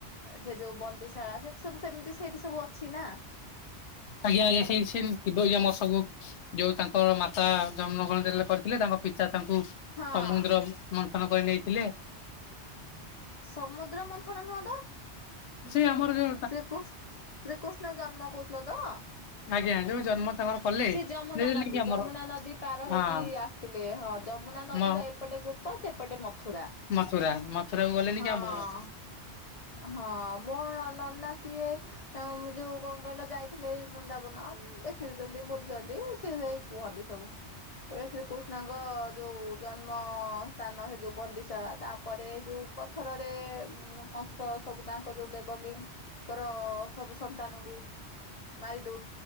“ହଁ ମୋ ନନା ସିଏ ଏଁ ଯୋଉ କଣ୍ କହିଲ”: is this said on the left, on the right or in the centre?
Left